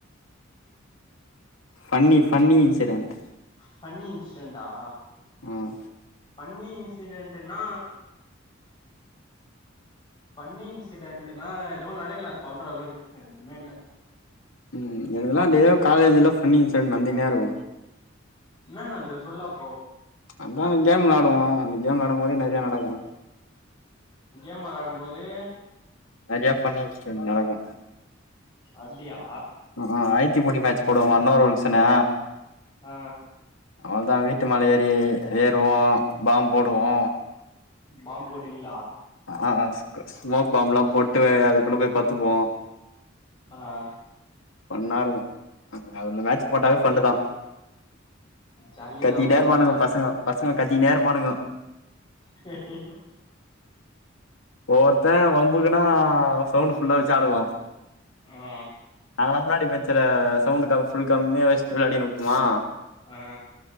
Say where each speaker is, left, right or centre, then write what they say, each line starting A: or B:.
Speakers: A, on the left (about 85°); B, on the left (about 25°).
A: ஃபன்னி ஃபன்னி இன்சிடென்ட்
B: ஃபன்னி இன்சிடன்டா
A: ம்
B: ஃபன்னி இன்சிடென்ட்டுனா ஃபன்னி இன்சிடென்ட்டுனா னா எதுவு நடக்கல சொல்ற அளவுக்கு எதுமே இல்ல
A: ம் எனக்கலா டெய்லியு காலேஜ்ல ஃபன்னி இன்சிடெண்ட் நடந்துனே இருக்
B: என்னா நடந்துது சொல்லு அப்போ
A: அதா அந்த கேம் விளாடுவோ அந்த கேம் விளாடும் போது நெறைய நடக்கு
B: கேம் வெளயாடம் போது
A: நெறையா ஃபன்னு இன்சிடென்ட் நடக்கு
B: அப்டியா
A: அ ஆ ஆய ச்சி முடி மேச்சி போடுவாங்க ஒன்னவர் ஒன்ஸ்னு
B: ஆ
A: அவ்ளோதான் வீட்டு மேல ஏறி ஏறுவோம் பாம் போடுவோ
B: பாம் போட்டுருவிங்
A: ஆ ஆ ஸ்மோக் பாம்லா போட்டு அதுக்குள்ள போய் பத்துப்போ
B: ஆ ஆ
A: ஃபண்ணா இருக்கும் அங்க அவுங்க மேச்சி போட்டாலே ஃபண்ணு தா
B: ஜாலிதா
A: கத்தினே
B: அப்ப
A: இருபானுங்க
B: போல
A: பசங்கோ பசங் ஆ கத்தினே இருபானுங்கோ
B: ஹ
A: ஒவ்வொருத்தன் வம்புக்குனா சவுண்டு புல்லா வச்சி ஆடுவோம்
B: ஆ
A: நாங்களா முன்னாடி பெ சில சவுண்டு கம் ஃபுல் கம்மியா வச் ட்டு விளயாடினுப்பமா
B: ஆ